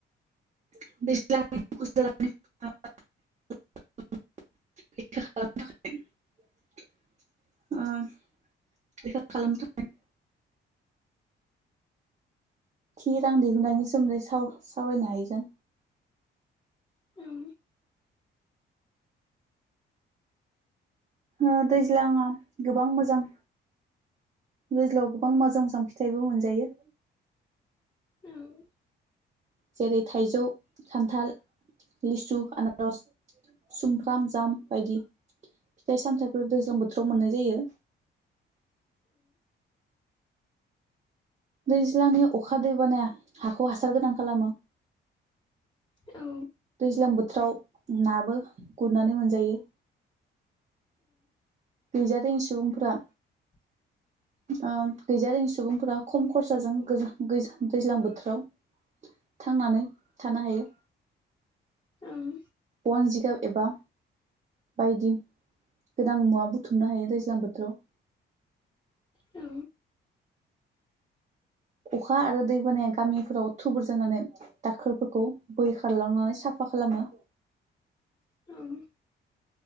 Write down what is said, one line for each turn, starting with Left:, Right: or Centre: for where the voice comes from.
Right: <unintelligible> <unintelligible> थि रां दिहुननायनि सोमोन्दै साव -सावरायनो हायो जों
Left: ओं
Right: ओ दैज्लाङा गोबां मोजां दैज्लांआव गोबां मोजां मोजां फिथाइबो मोनजायो
Left: <unintelligible>
Right: जेरै थाइजौ, खान्थाल, लिसु, आनारस, सुमफ्राम जाम बायदि फिथाइ सामथायाइफोर दैज्लां बोथोराव मोननाय जायो। दैज्लांनि अखा दैबानाया हाखौ हासार गोनां खालामो।
Left: औ
Right: दैज्लां बोथोराव नाबो गुरनानै मोनजायो। गैजारोङै सुबुंफोरा
Left: <inaudible>
Right: ओम‌ गैज रोङि सुबुंफोरा खम खरसाजों गोजा- गोजा दैज्लां बोथोराव थांनानै थानो हायो।
Left: ओंं
Right: बन जिगाब एबा बायदि गोनां मुवा बुथुमनो हायो दैज्लां बोथोराव
Left: औ
Right: अखा आरो दैबानाया गामिफोराव थुबुर जानानै दाखोरफोरखौ बोहै खारलांनानै साफा खालामो।
Left: ओं